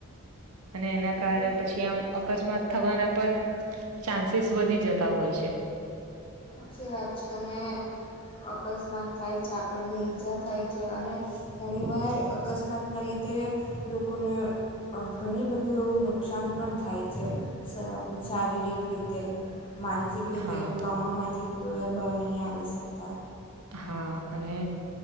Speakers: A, on the right; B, on the left.
A: અને એના
B: એ
A: કારણે
B: તો
A: પછી આમ. અકસ્માત થવાના પણ ચાન્સીસ વધી જતા હોય છે.
B: પછી વાચને અકસ્માત થાય છે આપણને ઈજા થાય છે અને ઘણી વાર અકસ્માતના લીધે રીધે લોકોને ઘણી બધું એવું નુકસાન પણ થાય છે. શારીરિક રીતે. માનસિક રીતે
A: હા
B: ટ્રોમામાંથી કોઈવાર બળ નહીં આવી શકતા.
A: હા અને.